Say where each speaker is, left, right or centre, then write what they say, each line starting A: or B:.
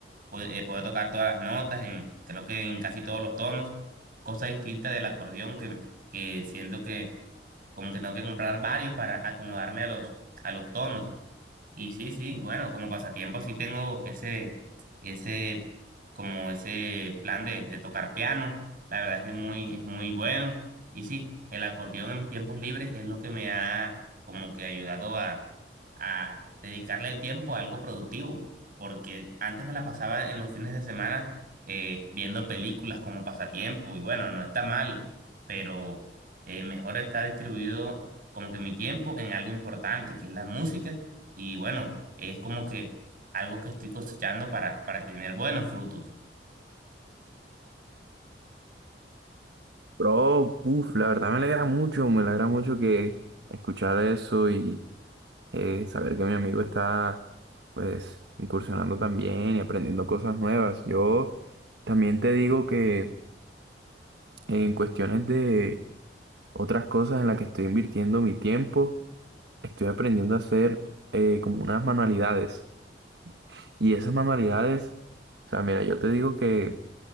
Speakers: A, on the right (about 55°); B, on the right (about 70°).
A: Pu- eh, Puedo, tocar todas las notas, en, creo que en casi todos los tonos, cosa distinta del acordeón, que, que siento que como que tengo que comprar varios para acomodarme a los, a los tonos. Y sí, sí, bueno, como pasatiempo sí tengo ese, ese, como ese plan de, de tocar piano. La verdad es que es muy, es muy bueno. Y sí, el acordeón en mis tiempos libres es lo que me ha como que ayudado a, a dedicarle el tiempo a algo productivo. Porque antes me la pasaba en los fines de semana eh, viendo películas como pasatiempo. Y bueno, no está mal, pero eh, mejor está distribuido como que mi tiempo en algo importante, que es la música y bueno, es como que algo que estoy cosechando para, para tener buenos frutos.
B: Bro, uff, la verdad me alegra mucho, me alegra mucho que escuchar eso eh, saber que mi amigo está pues incursionando también y aprendiendo cosas nuevas. Yo también te digo que en cuestiones de otras cosas en las que estoy invirtiendo mi tiempo, estoy aprendiendo a hacer eh, como unas manualidades. Y esas manualidades, o sea, mira, yo te digo que